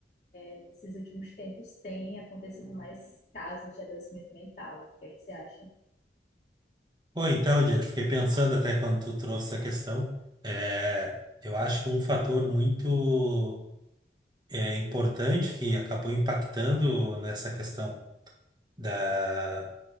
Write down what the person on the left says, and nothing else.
nesses últimos tempos tem acontecido mais casos de adoecimento mental. O que é que você acha?